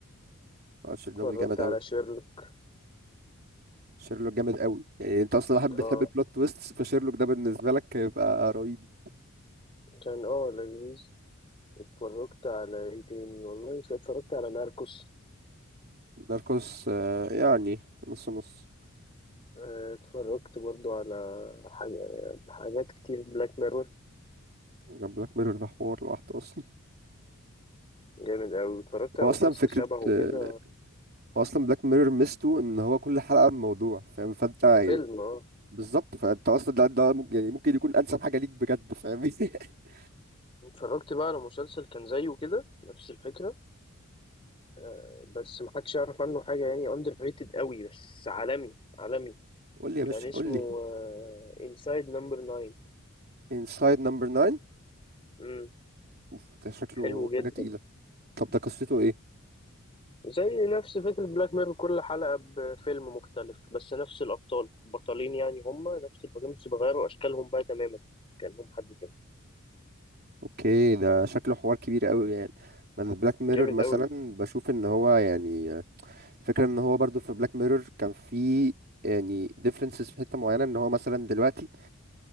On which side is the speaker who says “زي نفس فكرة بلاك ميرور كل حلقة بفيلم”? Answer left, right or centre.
Left